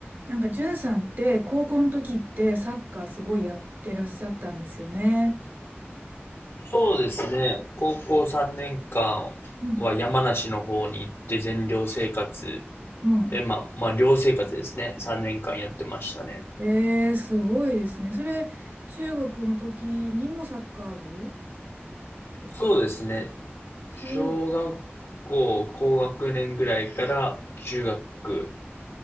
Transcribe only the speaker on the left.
そうですね。高校3年間は山梨の方に行って全寮生活
で、まあ、まあ寮生活ですね。3年間やってましたね。
そうですね。
小学校高学年ぐらいから中学